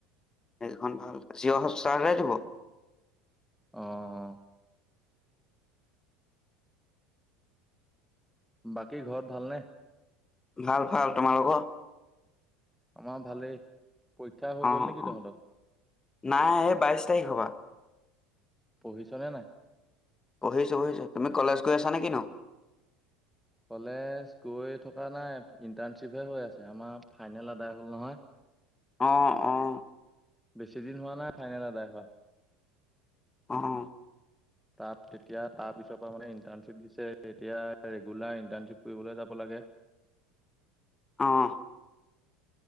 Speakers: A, on the left (about 20°); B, in the centre.
A: খন ভাল জিঅ'ষ্টাৰহে দিব।
B: অহ-অহ-অহ। বাকী ঘৰত ভালনে?
A: ভাল-ভাল। তোমালোকৰ?
B: আমাৰ ভালেই। পৰীক্ষা হৈ
A: অহ-অহ।
B: গ'ল নেকি তহঁতৰ
A: নাই, এই বাইশ তাৰিখৰ পৰা।
B: পঢ়িচাহনে নাই?
A: পঢ়িছো-পঢ়িছো, তুমি কলেজ গৈ আছা নেকি নো?
B: কলেজ গৈ থকা নাই ইণ্টাৰ্ণশ্বিপহে হৈ আছে, আমাৰ ফাইনেল আদায় হ'ল নহয়।
A: অহ-অহ
B: বেছি দিন হোৱা নাই ফাইনেল এদাই হোৱা।
A: অহ
B: তাত তেতিয়া তাৰপিছৰ পৰা মানে ইণ্টাৰ্ণশ্বিপ দিছে এতিয়া ৰেগুলাৰ ইণ্টাৰ্ণশ্বিপ কৰিবলৈ যাব লাগে ।
A: অহ